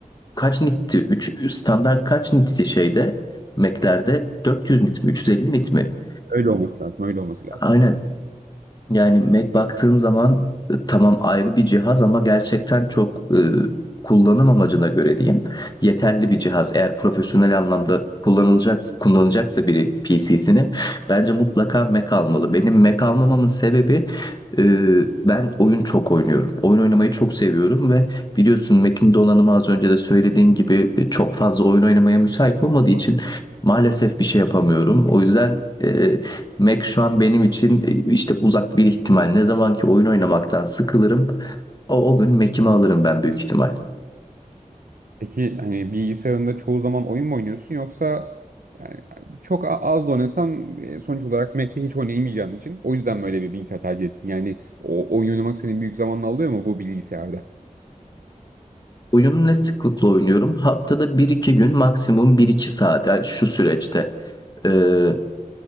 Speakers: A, on the left; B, on the right.
A: kaç nitti? üç standart kaç nitti şeyde? Mac'lerde 400 nit mi? üç yüz elli nit mi?
B: Öyle olması lazım. Öyle olması lazım.
A: Aynen. Yani Mac baktığın zaman e, tamam ayrı bir cihaz ama gerçekten çok e, kullanım amacına göre diyeyim yeterli bir cihaz. Eğer profesyonel anlamda kullanılacak kullanacaksa biri PC'sini bence mutlaka Mac almalı. Benim Mac almamamın sebebi e, ben oyun çok oynuyorum. Oyun oynamayı çok seviyorum ve biliyorsun Mac'in donanımı az önce de söylediğin gibi e, çok fazla oyun oynamaya müsait olmadığı için maalesef bir şey yapamıyorum. O yüzden e, Mac şu an benim için e, işte uzak bir ihtimal. Ne zaman ki oyun oynamaktan sıkılırım, o, o gün Mac'imi alırım ben büyük ihtimal.
B: Peki hani bilgisayarında çoğu zaman oyun mu oynuyorsun yoksa yani çok a- az da oynasan e, sonuç olarak Mac'te hiç oynayamayacağın için o yüzden böyle bir bilgisayar tercih ettin. Yani o oyun oynamak senin büyük zamanını alıyor mu bu bilgisayarda?
A: Oyunu ne sıklıkla oynuyorum? Haftada bir iki gün maksimum bir iki saat yani şu süreçte. Ee,